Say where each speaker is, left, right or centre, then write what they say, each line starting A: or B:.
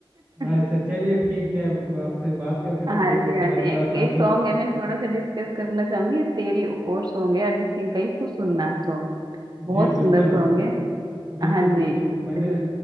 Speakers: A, on the right; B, on the right.
A: अच्छा
B: <laughs>
A: चलिए ठीक है आपसे बात करके तो
B: हाँ
A: बहुत
B: जी
A: अच्छा
B: हाँ
A: लगा
B: जी एक
A: और आगे
B: एक सॉन्ग
A: भी
B: है मैं थोड़ा सा डिस्कस करना चाहूंगी तेरी और सॉन्ग है अरिजीत सिंह का इसको सुनना सॉन्ग बहुत
A: जी
B: सुंदर
A: बिल्कुल
B: सॉन्ग है
A: बिल्कुल
B: हाँ
A: बिल्कुल
B: जी
A: मैंने
B: रि-